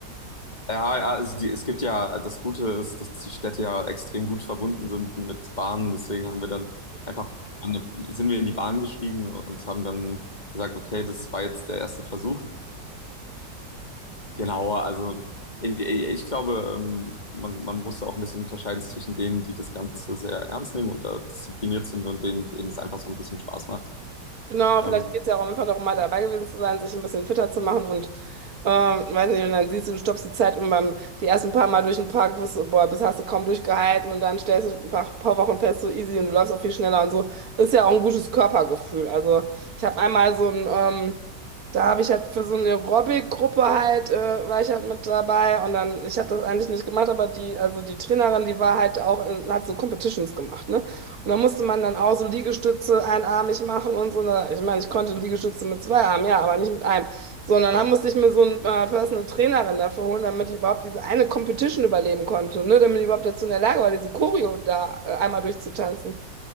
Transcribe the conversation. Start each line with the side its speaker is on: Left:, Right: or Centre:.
Left: Ja, ja, also die, es gibt ja, das Gute ist, dass die Städte ja extrem gut verbunden sind mit Bahnen, deswegen haben wir dann einfach, sind wir in die Bahn gestiegen und haben dann gesagt, okay, das war jetzt der erste Versuch. Genau, also ich, ich glaube, ähm, man, man muss da auch ein bisschen unterscheiden zwischen denen, die das Ganze sehr ernst nehmen und da diszipliniert sind und denen, denen es einfach so ein bisschen Spaß macht.
Right: Genau,
Left: Ähm,
Right: vielleicht geht es ja auch einfach darum, mal dabei gewesen zu sein, sich ein bisschen fitter zu machen und ähm, weiß nicht, und dann siehst du, du stoppst die Zeit und beim die ersten paar Mal durch den Park, wusstest, du, boah, bis hast du kaum durchgehalten und dann stellst du ein paar, paar Wochen fest, so easy und du läufst auch viel schneller und so. Ist ja auch ein gutes Körpergefühl. Also ich habe einmal so ein, ähm, da habe ich halt für so eine Aerobic-Gruppe halt, äh, war ich halt mit dabei und dann, ich habe das eigentlich nicht gemacht, aber die, also die Trainerin, die war halt auch, in, hat so Competitions gemacht, ne? Und da musste man dann auch so Liegestütze einarmig machen und so. Na, Ich meine, ich konnte Liegestütze mit zwei Armen, ja, aber nicht mit einem. Sondern dann musste ich mir so einen äh, Personal Trainer dann dafür holen, damit ich überhaupt diese eine Competition überleben konnte, ne? Damit ich überhaupt dazu in der Lage war, diese Choreo da äh, einmal durchzutanzen.